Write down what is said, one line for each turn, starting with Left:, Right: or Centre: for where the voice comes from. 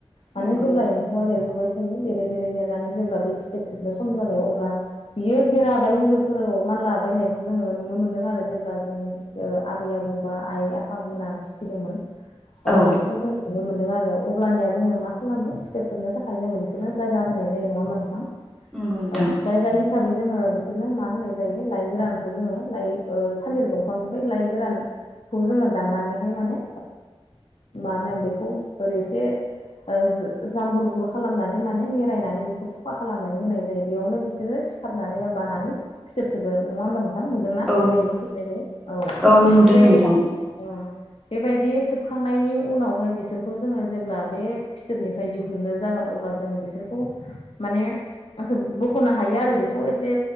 Left: माने
Centre: नंगौ
Left: जेब्ला
Centre: नोंथां
Left: एम्फौआ देरबोबाय थायो देरै देरै देरनानै जेब्ला बे फिथोब थोबनो सम जाबाय अब्ला बियो बेराबा इन्जुरफोराव मानला बायनायखौ जोङो नुनो मोनदों आरो जेब्ला जों ओ आबै आबौ बा आइ आफामोना फिसिदोंमोन
Centre: औ
Left: बेखौ जों नुनो मोनदों आरो अब्लानिया जोङो मा खालामो फिथोब थोबनो थाखाय जोङो बिसोरनो जायगा होनाय जायो नङा होनबा नोंथां?
Centre: नंगौ नोंथां
Left: औ जायगा हि साबै जोङो बिसोरनो मा होनाय जायो लाइ गोरानखौ जोङो लाइ थालिर दंफांनिफ्राय लाइ गोरान खौ जोङो दाननानैहाय माने मा होनो बेखौ ओरै एसे ओ जाम्बुर बुर खालामनानै माने मेरायनानै बेखौ थखा खालामनानै होनाय जायो बेयावनो बिसोरो सिथाबनानै बा बानानै फिथोब थोबो नङा होमबा नोंथां? नुदोंना
Centre: औ
Left: बेबायदि
Centre: नंगौ
Left: होनायखौ
Centre: नोंथां
Left: औ
Centre: नुदों
Left: बेबायदि
Centre: नोंथां
Left: औ बेबायदि थोबखांनायनि उनावहाय बिसोरखौ जोङो जेब्ला बे फिथोबनिफ्राय दिहुननो जागोन अब्ला जोङो बिसोरखौ माने बख'नो हायो आरो बेखौ एसे